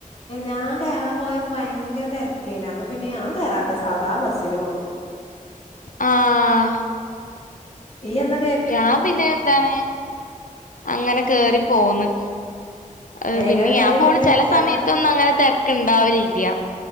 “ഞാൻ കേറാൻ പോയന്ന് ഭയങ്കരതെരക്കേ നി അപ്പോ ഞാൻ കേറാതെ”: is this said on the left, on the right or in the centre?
Left